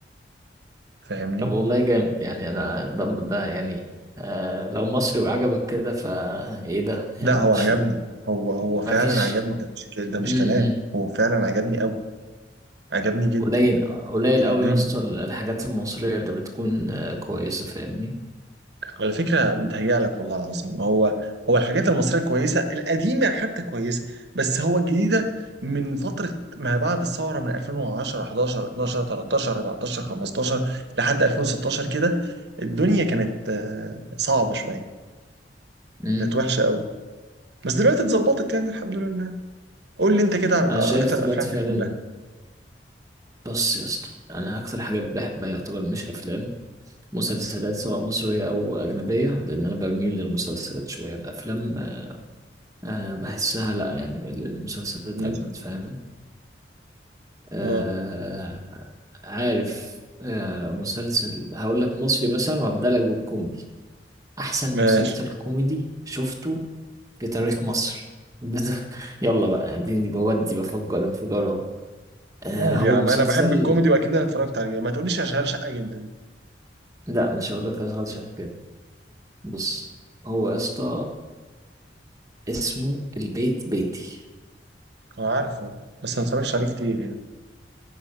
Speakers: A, on the right; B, on the right.
A: فاهمني
B: طب والله جامد يعني انا ده, ده يعني آه لو مصري وعجبك كده فايه ده يعني
A: لا هو
B: مش
A: عجبني هو هو فعلا
B: ما فيش
A: عجبني ده مش ك- ده مش
B: امم
A: كلام هو فعلا عجبني قوي عجبني جدا
B: قليل قليل
A: شدني
B: قوي يا اسطى الحاجات المصرية اللي بتكون آه، كويسة فاهمني
A: على فكرة متهيأ لك والله العظيم هو هو الحاجات المصرية كويسة القديمة حتى كويسة بس هو الجديدة من فترة ما بعد الثورة من 2010 11 12 13 14 15 لحد 2016 كده الدنيا كانت آه، صعبة شوية
B: امم
A: كانت وحشة قوي بس دلوقتي اتظبطت يعني الحمد لله قول لي انت كده على
B: انا شايف
A: اكتر
B: دلوقتي
A: افلام بتحبها
B: فعلا بص يا اسطى انا اكتر حاجات بحبها يعتبر مش افلام مسلسلات سواء مصرية أو أجنبية لأن أنا بميل للمسلسلات شوية الأفلام آه، آه، بحسها لأ يعني ال- المسلسلات
A: مم.
B: أجمد فاهم آه،
A: اه
B: عارف آه، مسلسل هقول لك مصري مثلا وهبدأ لك بالكوميدي أحسن
A: ماشي
B: مسلسل كوميدي شفته بتاريخ مصر <laughs> بت- يلا بقى اديني بودي بفكر انفجار اهو آه
A: قول
B: هو
A: يا عم
B: مسلسل
A: انا بحب الكوميدي واكيد انا اتفرجت عليه ما تقوليش اشغال شقه جدا
B: لا مش هقول لك اشغال شقة كده بص هو يا اسطى اسمه البيت بيتي
A: انا عارفه بس ما اتفرجتش عليه كتير يعني